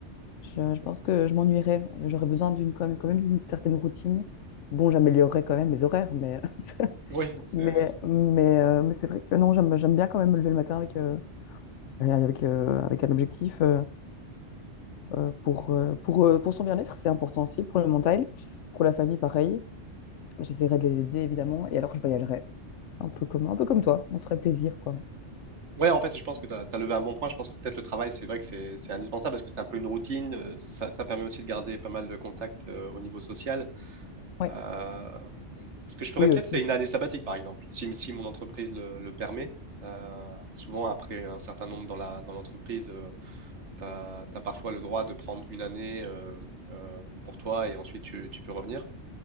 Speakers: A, on the left; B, on the right.
A: Je, je pense que je m'ennuierais. J'aurais besoin d'une quand même, quand même d'une certaine routine. Bon, j'améliorerais quand même mes horaires, mais <laughs>
B: Oui, c'est-
A: Mais, mais, euh, mais c'est vrai que non, j'aime, j'aime bien quand même me lever le matin avec, euh, avec, euh, avec un objectif euh, euh, pour, euh, pour, euh, pour son bien-être, c'est important aussi, pour le mental, pour la famille, pareil. J'essaierai de les aider, évidemment, et alors je voyagerai, un peu comme, un peu comme toi, on se ferait plaisir, quoi.
B: Ouais, en fait, je pense que tu as, levé un bon point. Je pense que peut-être le travail, c'est vrai que c'est c'est indispensable parce que c'est un peu une routine. euh, Ça, ça permet aussi de garder pas mal de contacts euh, au niveau social.
A: Ouais.
B: Euh, ce que je ferais
A: Oui,
B: peut-être,
A: aussi.
B: c'est une année sabbatique, par exemple, si, si mon entreprise le, le permet. Euh, souvent, après un certain nombre dans la, dans l'entreprise, tu as, parfois le droit de prendre une année euh, euh, pour toi et ensuite tu, tu peux revenir.